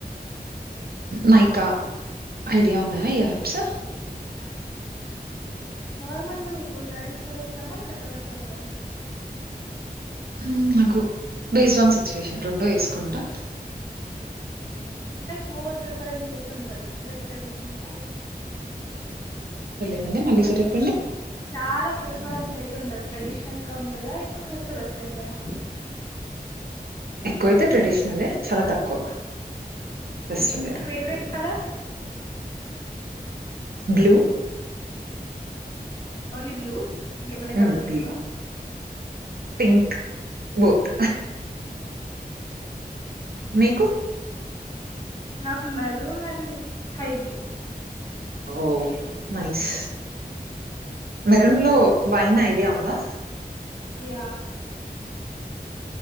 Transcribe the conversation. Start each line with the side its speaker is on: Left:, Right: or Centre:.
Right: నైకా ఐడియా ఉన్నాయా ఈ యాప్స్
Left: యా నార్మల్ గా మీకు ట్రెడిషనల్ ఇస్ ష్టమా లేకపోతే వెస్ట్రన్ వేరా.
Right: ఉ నాకు బేస్డ్ ఆన్ సుచువేషన్ రెండడు వేసుకుంటా.
Left: లైక్ మోర్ ప్రిఫరెన్స్ ఎట్ ఉంటది లైక్ ట్రెడిషనల లేక్
Right: అంట మళ్లీ సెట్ అప్
Left: చాలా ప్రిఫరెన్స్ ట్ ఉంటది ట్రెడిషనల్ గా ఉంటద <unintelligible> వెస్ట్రన్ వేర్ ఆ
Right: ఎక్కువైతే ట్రెడిషనలే చాలా తక్కువ వెస్టర్న్
Left: కేట్
Right: wear.
Left: మీ Favourite colour.
Right: Blue
Left: only blue ఇంకేమన్న
Right: హ్మ్.
Left: కలర్స్
Right: బి
Left: లేవా
Right: పింక్ బోత్
Left: ఓకే
Right: మీకు
Left: నాకు maroon and sky blue
Right: oh nice maroon లో వైన్ ఐడియా ఉందా
Left: యా